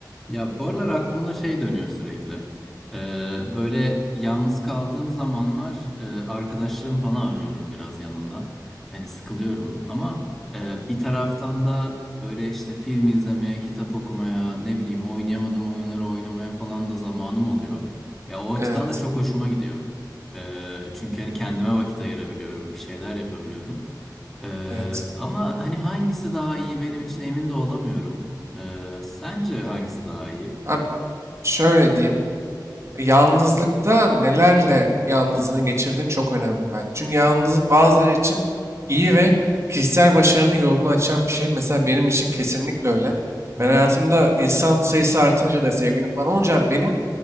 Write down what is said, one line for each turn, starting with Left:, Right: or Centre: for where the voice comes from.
Centre: Ya bu aralar aklımda şey dönüyor sürekli. Ee, böyle yalnız kaldığım zamanlar e, arkadaşlarım falan arıyorum biraz yanımda. Hani sıkılıyorum ama e, bir taraftan da böyle işte film izlemeye, kitap okumaya, ne bileyim oynayamadığım oyunları oynamaya falan da zamanım oluyor. Ya o açıdan
Right: Evet,
Centre: da çok hoşuma gidiyor. Ee, çünkü hani kendime vakit ayırabiliyorum, bir şeyler yapabiliyorum. Ee,
Right: evet.
Centre: ama hani hangisi daha iyi benim için emin de olamıyorum. Ee, sence hangisi daha iyi?
Right: Abi şöyle diyeyim. Yalnızlıkta nelerle yalnızlığını geçirdiğin çok önemli bence. Çünkü yalnızlık bazıları için iyi ve kişisel başarının yolunu açan bir şey. Mesela benim için kesinlikle öyle.
Centre: Hı
Right: Ben
Centre: hı.
Right: hayatımda insan sayısı artınca da sevgilim falan olunca benim